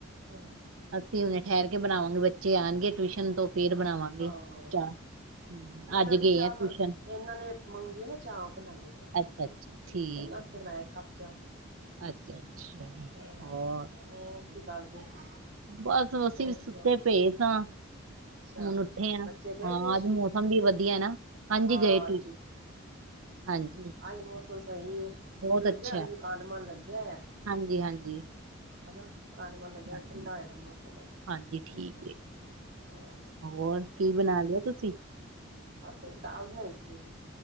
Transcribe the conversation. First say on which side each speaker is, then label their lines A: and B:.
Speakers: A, on the right; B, on the right.
A: ਹਾਂ।
B: ਅਸੀਂ ਹੁਨੇ ਠਹਿਰ ਕੇ ਬਣਾਵਾਂਗੇ ਬੱਚੇ ਆਉਣਗੇ ਟਿਊਸ਼ਨ ਤੋਂ। ਫੇਰ ਬਣਾਵਾਂਗੇ।
A: ਹਾਂ।
B: ਚਾਹ ਹੂੰ,
A: ਨਹੀਂ
B: ਅੱਜ
A: ਮੈਂ ਵੀ
B: ਗਏ
A: ਚਾਹ
B: ਆ
A: ਬ
B: ਟਿਊਸ਼ਨ
A: ਇਹਨਾਂ ਨੇ ਮੰਗੀ ਨਾ ਚਾਹ ਬਣਾਈ। ਤਾਂ
B: ਅੱਛਾ- ਅੱਛਾ। ਠੀਕ
A: ਇਹਨਾਂ
B: ਐ
A: ਵਸਤੇ ਬਣਾਇਆ ਕੱਪ ਚਾਹ।
B: ਅੱਛਾ- ਅੱਛਾ
A: ਹਾਂ
B: ਹੋਰ
A: ਹੋਰ ਕੀ ਕਰਦੇ ਸੀ?
B: ਬਸ, ਅਸੀਂ
A: ਹੋਰ
B: ਵੀ ਸੁੱਤੇ
A: ਸੁਣਾਓ
B: ਪਏ ਸਾਂ।
A: ਅੱਛਾ
B: ਹੁਣ ਉੱਠੇ ਆ।
A: ਬੱਚੇ ਗਏ
B: ਹਾਂ,
A: ਟਿਊਸ਼ਨ
B: ਅੱਜ ਮੌਸਮ ਵੀ ਵਧੀਆ ਨਾ, ਹਾਂਜੀ
A: ਹਾਂ
B: ਗਏ ਕੀ। ਹਾਂਜੀ।
A: ਅਜ ਮੌਸਮ ਸਹੀ।
B: ਬਹੁਤ
A: ਲੱਗਿਆ
B: ਅੱਛਾ
A: ਅਨਕੰਡ
B: ਹੈ।
A: ਮਣ ਲੱਗਿਆ ਹੈ।
B: ਹਾਂਜੀ, ਹਾਂਜੀ,
A: ਹਨਾ। ਕਨ- ਮੰਨ ਗਿਆ
B: ਹਾਂਜੀ
A: ਠੰਡਾ ਹੋਏ ਦਾ ਮੌਸਮ।
B: ਹਾਂਜੀ
A: ਠੀਕ ਹੈ।
B: ਏ
A: ਹਾਂ
B: ਹੋਰ ਕੀ ਬਣਾ ਲਿਆ ਤੁਸੀਂ?
A: ਅਸੀ ਦਾਲ ਬਨੀ ਸੀ।